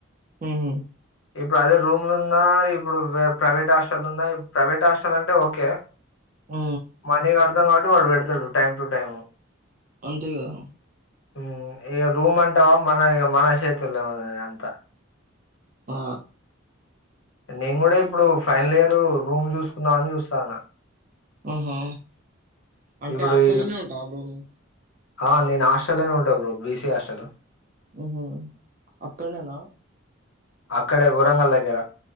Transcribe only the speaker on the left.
ఇప్పుడు అదే రూమ్లోన్న, ఇప్పుడు ప్రైవేట్ హాస్టల్లున్నా ఇప్, ప్రైవేట్ హాస్టల్ అంటే ఓకే.
మనీ కడతాం కాబట్టి వాడు పెడతాడు టైం టు టైం.
హు ఇగ రూమ్ అంటవ మనదిగ మన చేతుల్లోనున్నది అంతా.
నేన్ గుడా ఇప్పుడు ఫైనల్ ఇయరు రూమ్ చూసుకుందామని చూస్సన్న.
ఇప్పుడు
ఈ
ఆ నేను హాస్టల్లోనే ఉంటా బ్రో బిసి హాస్టలు
అక్కడే వరంగల్ దగ్గర